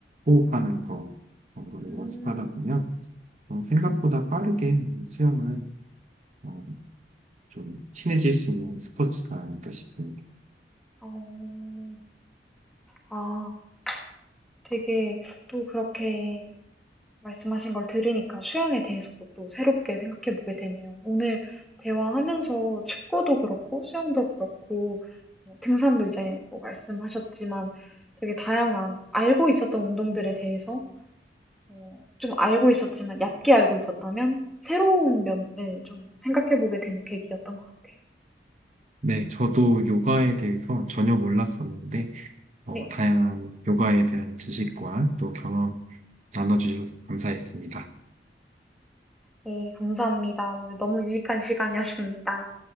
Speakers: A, on the right (about 40°); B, in the centre.
A: 호흡하는 거 정도를
B: 음,
A: 연습하다 보면 어, 생각보다 빠르게 수영은 어, 좀 친해질 수 있는 스포츠가 아닐까 싶습니다.
B: 어, 아, 되게 또 그렇게 말씀하신 걸 들으니까 수영에 대해서도 또 새롭게 생각해 보게 되네요. 오늘 대화하면서 축구도 그렇고 수영도 그렇고 뭐 등산도 이제 뭐 말씀하셨지만 되게 다양한 알고 있었던 운동들에 대해서 어, 좀 알고 있었지만, 얕게 알고 있었다면, 새로운 면을 좀 생각해보게 되는 계기였던 것 같아요.
A: 네, 저도 요가에 대해서 전혀 몰랐었는데 어,
B: 네,
A: 다양한 요가에 대한 지식과 또 경험 나눠주셔서 감사했습니다.
B: 네, 감사합니다. 오늘 너무 유익한 시간이었습니다.